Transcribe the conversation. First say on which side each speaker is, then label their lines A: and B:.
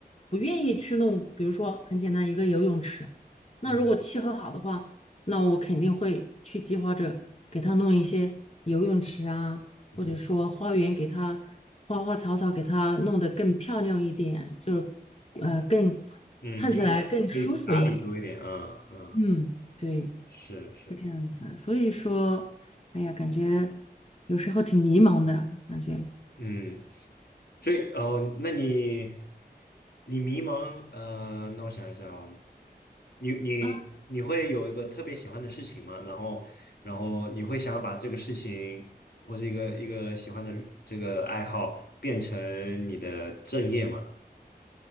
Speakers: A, on the left (about 40°); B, on the left (about 75°).
A: 不愿意去弄，比如说很简单一个游泳池，那如果契合好的话，
B: 嗯
A: 那我肯定会去计划着给他弄一些游泳池啊，
B: 嗯哼
A: 或者说花园给他花花草草给他弄得更漂亮一点，就是呃更
B: 嗯，
A: 看起来更舒服一点。
B: 就是可以打理多一点，啊，嗯，
A: 嗯，对。
B: 是是，
A: 是这样子，所以说，哎呀，感觉有时候挺迷茫的感觉
B: 嗯。所以哦，那你你迷茫，呃，那我想一下啊，你你你会有一个特别喜欢的事情吗？
A: 啊
B: 然后然后你会想要把这个事情或者一个一个喜欢的这个爱好变成你的正业吗？